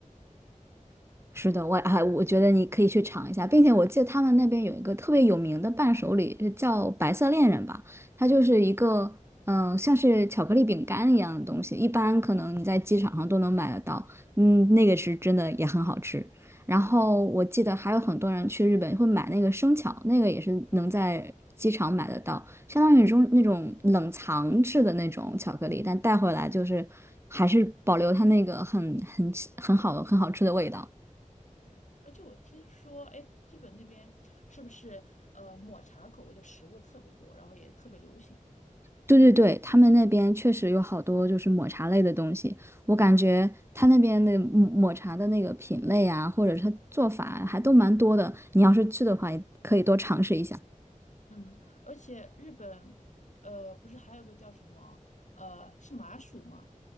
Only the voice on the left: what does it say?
对，而且我听说，哎，日本那边是不是呃抹茶口味的食物特别多，然后也特别流行？
嗯，而且日本，呃，不是还有个叫什么，呃，是麻薯吗？